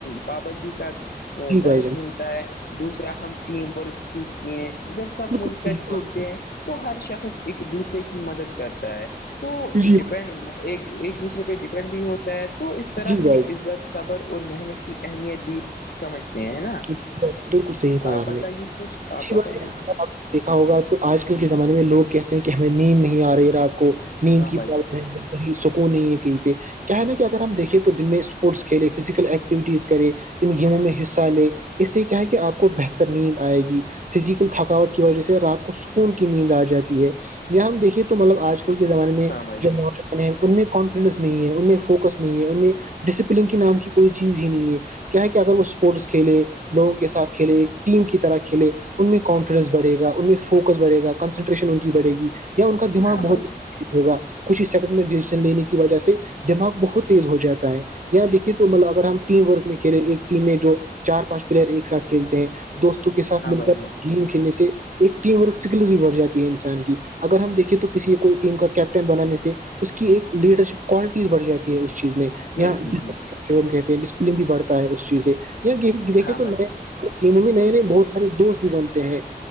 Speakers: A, on the left; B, on the right.
A: پابندی کا
B: جی
A: درس
B: بھائی جان
A: دوسرا ہم ٹیم ورک ستے ہیں جب سب
B: بالکل
A: مل کر
B: صحیح
A: کھیلتے
B: کہا
A: ہیں تو ہر شخص ایک دوسرے کی مدد کرتا ہے تو
B: جی
A: ڈپینڈ ایک ایک دوسرے پہ ڈپینڈ بھی ہوتا ہے تو اس طرح
B: جی
A: ہمیں
B: بھائی
A: عزت صبر اور محنت کی اہمیت بھی سمجھتے ہیں نا
B: جان بالکل صحیح کہا
A: آپ بتائیے
B: نے
A: کچھ آپ
B: اچھی
A: بتائیے
B: بات ہے اگر
A: ک
B: آپ نے دیکھا ہوگا تو آج کل کے زمانے میں لوگ کہتے ہیں کہ ہمیں نیند نہیں آ رہی ہے را آپ کو نیند
A: ہاں
B: کی
A: بھائی
B: پرابلم
A: جان
B: ہے وہی سکون نہیں ہے کہیں پہ کیا ہے نا کہ اگر ہم دیکھیں تو دن میں اسپورٹس کھیلے فزیکل ایکٹیویٹیز کرے ان گیموں میں حصہ لے اس سے کیا ہے کہ آپ کو بہتر نین آئے گی فزیکل تھکاوٹ کی وجہ سے رات کو سکون کی نیند آ جاتی ہے یہیا ہم دیکھیے تو مطلب آج کل کے زمانے میں
A: ہاں بھائی
B: جو
A: جان
B: نو ان میں کانفیڈینس نہیں ہے ان میں فوکس نہیں ہے ان میں ڈسپلین کے نام کی کوئی چیز ہی نہیں ہے کیا ہے کہ اگر وہ اسپورٹس کھیلے لوگوں کے ساتھ کھیلے ٹیم کی طرح کھیلے ان میں کانفیڈینس بڑے گا ان میں فوکس بڑے گا کنسنٹریشن ان کی بڑے گی یا ان کا دماغ
A: ہاں
B: بہت
A: بھائی
B: ہوگا کچھ ہی سیکنڈ میں ڈیسیزن لینے کی وجہ سے دماغ بہت تیز ہو جاتا ہے اں دیکھیے تو مطلب اگر ہم ٹیم ورک میں کھیلے ایک ٹیم میں جو چار پانچ پلیئر ایک ساتھ کھیلتے ہیں دوستوں کے
A: جان
B: ساتھ
A: ہاں
B: مل
A: بھائی
B: کر
A: جان
B: گیم کھیلنے سے ایک ٹی ورک سکلس بھی بڑھ جاتی ہے انسان کی اگر ہم دیکیں تو کسی کو ٹیم کا کیپٹن بنانے سے اس کی ایک لیڈر شپ کوالٹیز بڑھاتی ہے اس چیز میں کہتے
A: ہوں ہوں ہوں
B: ہیں ڈسپلین بھی بڑھتا ہے اس چیز سے یا دیکھے
A: ہاں
B: تو
A: بھائی
B: نیا
A: جان
B: کہ ممی نئے نئے بہت سارے دوست بھی بنتے ہیں